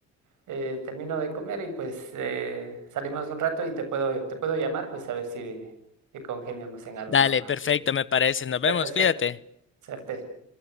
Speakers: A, on the right (about 80°); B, on the left (about 40°).
A: eh, termino de comer y pues eh, salimos un rato y te puedo, te puedo llamar, pues a ver si, si congeniamos en algo,
B: Dale,
A: ¿no? A
B: perfecto,
A: ver,
B: me parece. Nos vemos,
A: suerte, suerte,
B: cuídate.
A: suerte.